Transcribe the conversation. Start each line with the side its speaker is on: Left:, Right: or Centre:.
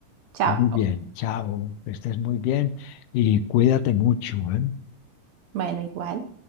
Right: Chao.
Left: Muy bien, chao, que estés muy bien y cuídate mucho, ¿eh?
Right: Bueno, igual.